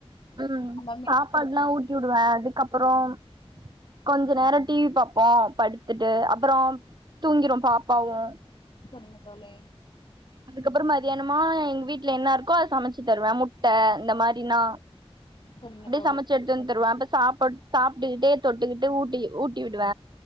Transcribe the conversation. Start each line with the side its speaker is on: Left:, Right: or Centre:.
Right: ம்
Left: அந்த மேல்
Right: சாப்பாட்ல்லா
Left: குடுக்குறது
Right: ஊட்டிவிடுவே அதுக்கப்பறோம் கொஞ்ச நேர டிவி பாப்போ படுத்துட்டு அப்றோ தூங்கிரு பாப்பாவு
Left: செரிங்க தோழி
Right: அதுக்கப்பற மத்தியானமா எங்க வீட்ல என்ன இருக்கோ அத சமச்சி தருவே முட்ட இந்த மாரினா
Left: செரிங்க தோ
Right: சமச்சு எட்த்து வந் தருவே அப்ப சாப்பட் சாப்ட்டுக்கிட்டே தொட்டுக்கிட்டு ஊட்டி ஊட்டி விடுவ